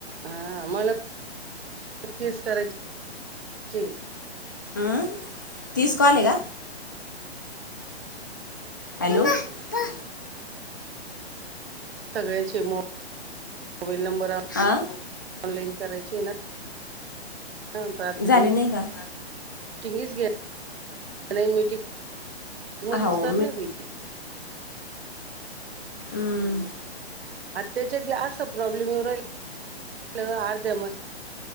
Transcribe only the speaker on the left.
अ तीस काॅलय का? हॅलो
मम्मा पा
हा
झाले
नाही का
हो
हम्म